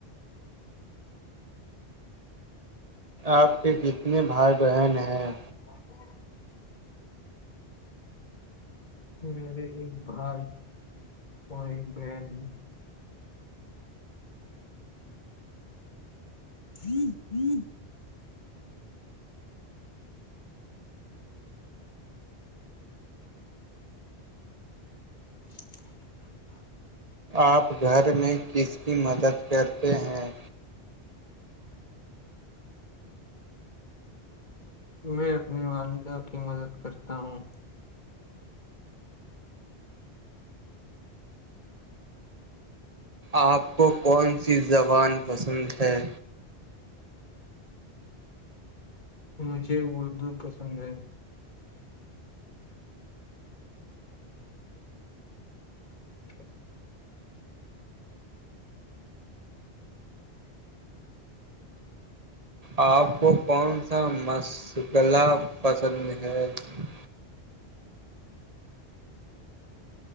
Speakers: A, on the right; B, on the left.
A: آپ کے کتنے بھائی بہن ہیں
B: ہاں <unintelligible> میرے ایک بھائی اور ایک بہن ہے ج ج <unintelligible> <inaudible>
A: آپ گھر میں کس کی مدد کرتے ہیں
B: میں اپنی والدہ کی مدد کرتا ہوں
A: آپ کو کون سی زبان پسند ہے
B: مجھے اردو پسند ہے <inaudible>
A: آپ کو کون سا مشغلہ پسند ہے <unintelligible>